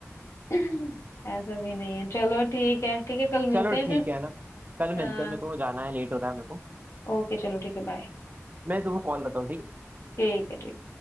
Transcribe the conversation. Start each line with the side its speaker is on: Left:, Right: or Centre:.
Left: <laughs> ऐसा भी नहीं है चलो ठीक है ठीक है कल मिलते
Right: चलो
Left: हैं
Right: ठीक
Left: फिर
Right: है ना कल मिलते
Left: हाँ
Right: हैं मेरे को जाना है लेट हो रहा है मेरे को
Left: ओके चलो ठीक है बाय
Right: मैं तुमको कॉल करता हूँ ठीक है
Left: ठीक है ठीक